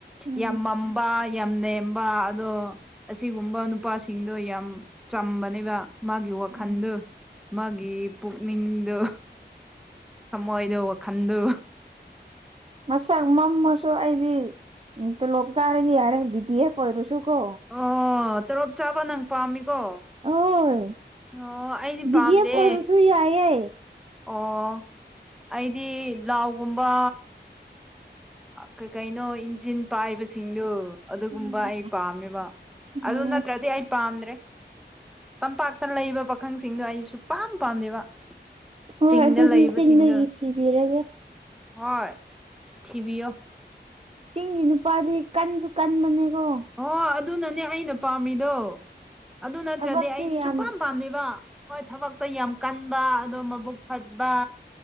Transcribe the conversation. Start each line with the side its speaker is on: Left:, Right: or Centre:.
Right: ꯎꯝ
Centre: ꯌꯥꯝ ꯃꯝꯕ ꯌꯥꯝ ꯅꯦꯝꯕ ꯑꯗꯣ ꯑꯁꯤꯒꯨꯝꯕ ꯅꯨꯄꯥꯁꯤꯡꯗꯣ ꯌꯥꯝ ꯆꯝꯕꯅꯦꯕ ꯃꯥꯒꯤ ꯋꯥꯈꯟꯗꯣ
Right: ꯎꯝ
Centre: ꯃꯥꯒꯤ ꯄꯨꯛꯅꯤꯡꯗꯣ ꯊꯃꯣꯏꯗꯣ ꯋꯥꯈꯟꯗꯨ
Right: ꯃꯁꯛ ꯃꯝꯃꯁꯨ ꯑꯩꯗꯤ ꯇꯣꯂꯣꯞ ꯆꯥꯔꯗꯤ ꯌꯥꯔꯦ ꯕꯤ ꯗꯤ ꯑꯦꯐ ꯑꯣꯏꯔꯁꯨ ꯀꯣ
Centre: ꯑꯣ ꯇꯣꯂꯣꯞ ꯆꯥꯕ ꯅꯪ ꯄꯥꯝꯃꯤꯀꯣ
Right: ꯑꯣꯏ
Centre: ꯑꯣ ꯑꯩꯗꯤ
Right: ꯕꯤ
Centre: ꯄꯥꯝꯗꯦ
Right: ꯗꯤ ꯑꯦꯞ ꯑꯣꯏꯔꯁꯨ ꯌꯥꯏꯌꯦ
Centre: ꯑꯣ ꯑꯩꯗꯤ ꯂꯥꯎꯒꯨꯝꯕ ꯀꯩꯀꯩꯅꯣ ꯏꯟꯖꯤꯟ ꯄꯥꯏꯕꯁꯤꯡꯗꯨ ꯑꯗꯨꯒꯨꯝꯕ
Right: ꯎꯝ
Centre: ꯑꯩ ꯄꯥꯝꯃꯦꯕ ꯑꯗꯨ
Right: ꯑꯣ
Centre: ꯅꯠꯇ꯭ꯔꯗꯤ ꯑꯩ ꯄꯥꯝꯗ꯭ꯔꯦ ꯇꯝꯄꯥꯛꯇ ꯂꯩꯕ ꯄꯥꯈꯪꯁꯤꯡꯗꯣ ꯑꯩ ꯁꯨꯛꯄꯥꯝ ꯄꯥꯝꯗꯦꯕ
Right: ꯍꯣꯏ
Centre: ꯆꯤꯡꯗ
Right: ꯑꯗꯨꯗꯤ
Centre: ꯂꯩꯕꯁꯤꯡꯗꯣ
Right: ꯆꯤꯡꯗꯒꯤ ꯊꯤꯕꯤꯔꯒꯦ
Centre: ꯍꯣꯏ ꯊꯤꯕꯤ ꯌꯣ
Right: ꯆꯤꯡꯒꯤ ꯅꯨꯄꯥꯗꯤ ꯀꯟꯁꯨ ꯀꯟꯕꯅꯦꯀꯣ
Centre: ꯍꯣ ꯑꯗꯨꯅꯅꯦ ꯑꯩꯅ ꯄꯥꯝꯃꯤꯗꯣ ꯑꯗꯨ ꯅꯠꯇ꯭ꯔꯗꯤ
Right: ꯊꯕꯛꯁꯨ
Centre: ꯑꯩ
Right: ꯌꯥꯝ
Centre: ꯁꯨꯄꯥꯝ ꯄꯥꯝꯗꯦꯕ ꯍꯣꯏ ꯊꯕꯛꯇꯣ ꯌꯥꯝ ꯀꯟꯕ ꯑꯗꯣ ꯃꯕꯨꯛ ꯐꯠꯕ